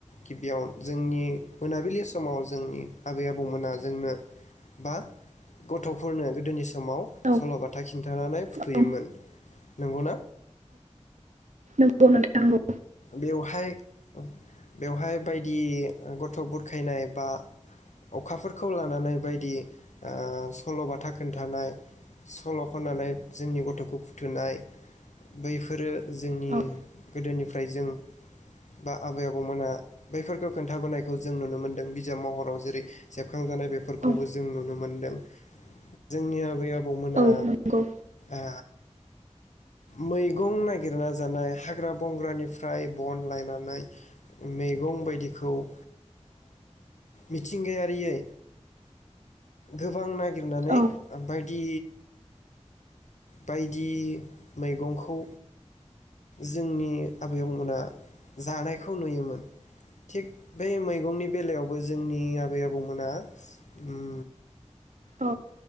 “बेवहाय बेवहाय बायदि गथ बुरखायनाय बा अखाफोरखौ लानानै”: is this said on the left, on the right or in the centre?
Left